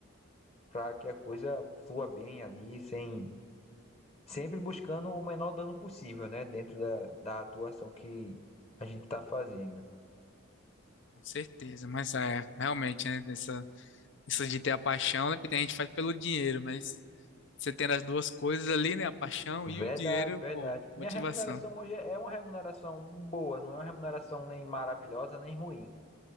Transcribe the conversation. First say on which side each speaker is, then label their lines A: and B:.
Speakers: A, on the left; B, on the left.
A: Para que a coisa flua bem ali, sem sempre buscando o menor dano possível, né? Dentro da, da atuação que a gente está fazendo.
B: Com certeza, mas é, realmente, né, nessa, isso de ter a paixão, né, porque tem gente que faz pelo dinheiro, mas você tendo as duas coisas ali, né, a paixão
A: Verdade,
B: e o dinheiro,
A: verdade.
B: pô, motivação.
A: Minha remuneração hoje é uma remuneração boa, não é uma remuneração nem maravilhosa nem ruim,